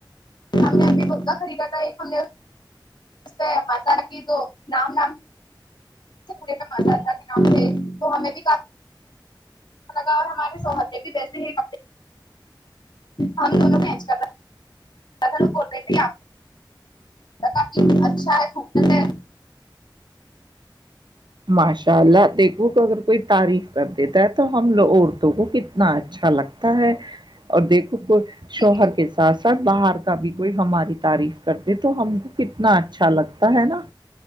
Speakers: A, on the left; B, on the right.
A: ہم نے مہ خریدا تھا ایک ہم نےہ مس تو نام نام پے مزا ل ام سے تو ہمیں بھی کافی لگا اور ہمارے سہتنے کے ویسے ہی کڑے ہم دونوں مچ کر ت بول رہ تھ آ اچھا ہے خب ہے
B: ماشاء اللہ دیکھو اگر کوئی تعریف کر دیتا ہے تو ہم لو عورتوں کو کتنا اچھا لگتا ہے اور دیکھو
A: ہے
B: شوہر کے ساتھ ساتھ باہر بھی کوئی ہماری تعریف کرتے تو ہم کو کتنا اچھا لگتا ہے نا